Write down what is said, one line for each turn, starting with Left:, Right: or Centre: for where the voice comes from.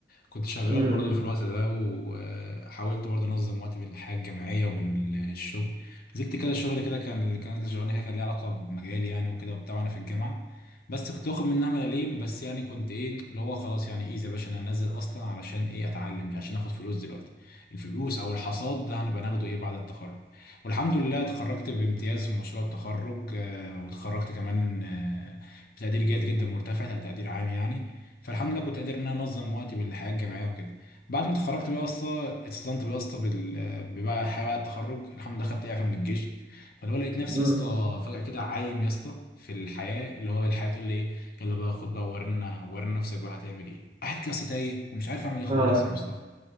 Left: كنت شغال
Right: امم
Left: برضه في الوقت ده وحاولت برضه انظم وقتي بين الحياه الجامعيه وبين الشغل نزلت كده شغل كده كان اللي كانت شغلانه كده كان ليها علاقه بمجالي يعني وكده وبتاع وانا في الجامعه بس كنت واخد منها ملاليم بس يعني كنت ايه اللي هو خلاص يعني ايه يا باشا انا هنزل اصلا علشان ايه اتعلم مش عشان اخد فلوس دلوقتي الفلوس او الحصاد ده هنبقى ناخده ايه بعد التخرج والحمد لله اتخرجت بامتياز في مشروع التخرج آه، واتخرجت كمان آه، بتقدير جيد جدا مرتفع تقدير عام يعني فالحمد لله كنت قادر ان انا انظم وقتي بالحياه الجامعيه وكده بعد ما اتخرجت بقى يا اسطى اتصدمت بقى يا اسطى بال- بقى حياه بعد التخرج الحمد لله خدت اعفاء من الجيش فاللي هو لقيت نفسي
Right: امم
Left: يا اسطى فجاه كده عايم يا اسطى في الحياه اللي هو الحياه بتقول لي ايه يلا بقى خد بقى ورينا ورينا نفسك بقى هتعمل ايه قاعد كده يا اسطى تايه ومش عارف اعمل ايه خالص
Right: اه
Left: يا مصطفى